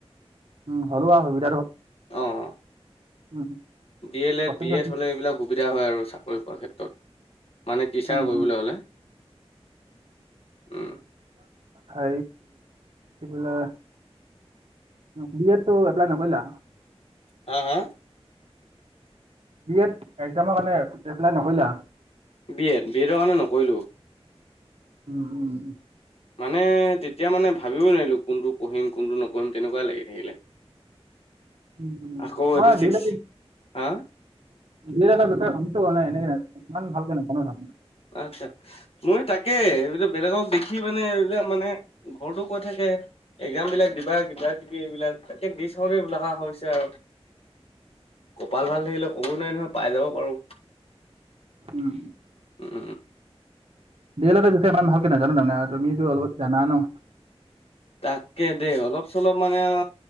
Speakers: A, on the right; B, on the left.
A: উম হলো সা সুবিধা
B: আহ
A: উম
B: B El Ed
A: coaching
B: B
A: coaching
B: Ed হ'লে এইবিলাক সুবিধা হয় আৰু চাকৰি পোৱাৰ ক্ষেত্ৰত মানে টিচাৰ
A: উম
B: কৰিবলৈ
A: উম
B: হ'লে উ
A: হে কি বোলে বি এডটো এপ্লাই নকৰিলা
B: হা হা
A: বি এড একজামৰ কাৰণে এপ্লাই নকৰিলা
B: বি এড বি এডৰ কাৰণে নকৰিলো
A: উম উম
B: মানে ত এতিয়া মানে ভাবিবই নোৱাৰিলোঁ কোনটো পঢ়িম কোনটো নপঢিম তেনেকুৱাই লাগি থাকিলে।
A: উম উম
B: আকৌ
A: মই
B: এইটো
A: দি
B: ছিক্স
A: এল
B: হা
A: এড নাই এনে ইমান ভালকে নাজানো তাৰ মানে।
B: আচছা মই তাকে এই বেলেগক দেখি মানে এইবিলাক মানে ঘৰতো কৈ থাকে এক্সাম বিলাক দিবা কিবা কিবি এইবিলাক তাকে দি চাও দে বুলাখা হৈছে আৰু। কপাল ভাল থাকিলে কব নোৱাৰি নহয় পাই যাব পাৰো।
A: উম।
B: উম।
A: দি এল এডৰ বিষয়ে ভালকে নাজানো তাৰমানে তুমিতো অলপ জানা ন।
B: তাকে দেই অলপ চলপ মানে অ